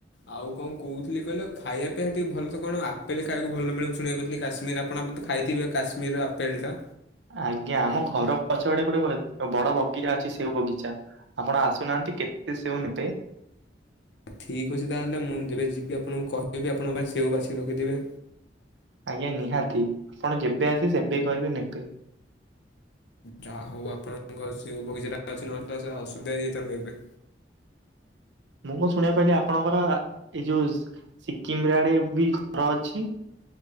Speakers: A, on the left (about 75°); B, on the right (about 85°).
A: ଆଉ କଣ କୋହୁଥିଲି କହିଲ ଖାଇବା ପିଇବା ଟିକେ ଭଲ ସେ କଣ ଆପଲ ଖାଇବାକୁ ଭଲ ମିଳେ ବୋଲି ଶୁଣିବାକୁ ପାଇଥିଲି କାଶ୍ମୀରରେ ଆପଣ ଆମତ ଖାଇଥିବେ କାଶ୍ମୀରର ଆପେଲଟା।
B: ଆଜ୍ଞା ଆମ ଘର ପଛ ପଟେ ଗୋଟେ ବଡ଼ ବଗିଚା ଅଛି ସେଓ ବଗିଚା। ଆପଣ ଆସୁନାହାନ୍ତି କେତେ ସେଓ ନେବେ।
A: ଠିକ୍ ଅଛି ତାହେଲେ ମୁଁ ଯେବେ ଯିବି ଆପଣଙ୍କୁ କହିବି ଆପଣ ମୋ ପାଇଁ ସେଓ ବାଛି ରଖିଥିବେ।
B: ଆଜ୍ଞା ନିହାତି ଆପଣ ଯେବେ ଆସିବେ ସେବେ କହିବେ ନେବେ।
A: ଯାହୋଉ ଆପଣଙ୍କ ସେଓ ବଗିଚାଟା ଅଛି ନହେଲେ ତ ସେ ଅସୁବିଧା ହୋଇଯାଇଥାନ୍ତା ଏବେ।
B: ମୁଁ କଣ ଶୁଣିବାକୁ ପାଇଲି ଆପଣଙ୍କର ଏଇ ଯୋଉ ସ୍ ସିକିମରେ ଆଡ଼େ ବି ଘର ଅଛି।